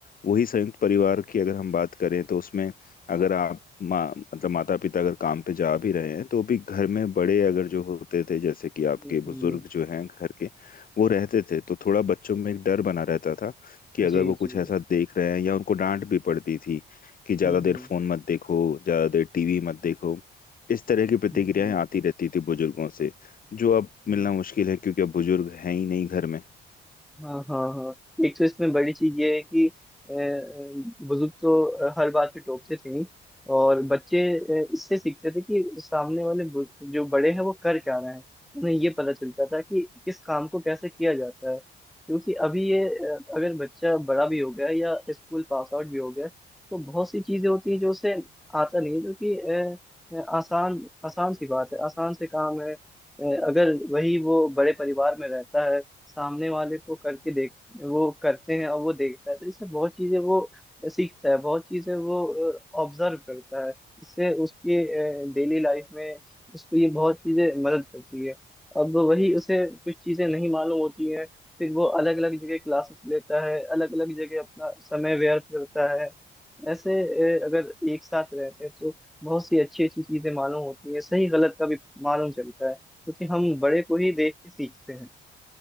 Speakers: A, on the left; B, in the centre.
A: वही संयुक्त परिवार की अगर हम बात करें तो उसमें अगर आप माँ मतलब माता पिता अगर काम पे जा भी रहे हैं तो भी घर में बड़े अगर जो होते थे जैसे कि आपके
B: हम्म
A: बुजुर्ग
B: हम्म,
A: जो हैं घर के वो रहते थे तो थोड़ा बच्चों में एक डर बना रहता था कि अगर
B: जी
A: वो कुछ
B: जी
A: ऐसा देख रहे हैं या उनको डांट भी पड़ती थी कि ज्यादा
B: हम्म
A: देर
B: हम्म
A: फोन मत देखो ज्यादा देर टीवी मत देखो इस तरह की प्रतिक्रियाएं
B: हम्म
A: आती रहती थी बुजुर्गों से जो अब मिलना
B: हम्म,
A: मुश्किल है क्योंकि अब बुजुर्ग हैं ही नहीं घर में
B: हाँ हाँ हाँ एक तो इसमें बड़ी चीज ये है कि अ, अ, बुजुर्ग तो अ, हर बात पे टोकते थे ही और बच्चे अ, इससे सीखते थे कि सामने वाले बुज- जो बड़े हैं वो कर क्या रहे हैं उन्हें ये पता चलता था कि किस काम को कैसे किया जाता है क्योंकि अभी ये अ, अगर बच्चा बड़ा भी हो गया या स्कूल पास आउट भी हो गया तो बहुत सी चीजें होती हैं जो उसे आता नहीं है, जो कि अ, अ, आसान आसान सी बात है आसान से काम है अ, अगर वही वो बड़े परिवार में रहता है सामने वाले को करके देख वो करते हैं और वो देखता है तो इससे बहुत चीजें वो सीखता है बहुत चीजें वो ऑब्जर्व करता है इससे उसके डेली लाइफ में उसको ये बहुत चीजें मदद करती है अब वही उसे कुछ चीजें नहीं मालूम होती हैं फिर वो अलग अलग जगह क्लासेस लेता है अलग अलग जगह अपना समय व्यर्थ करता है ऐसे अ, अगर एक साथ रहते हैं तो बहुत सी अच्छी अच्छी चीजें मालूम होती है सही गलत का भी मालूम चलता है क्योंकि हम बड़े को ही देख के सीखते हैं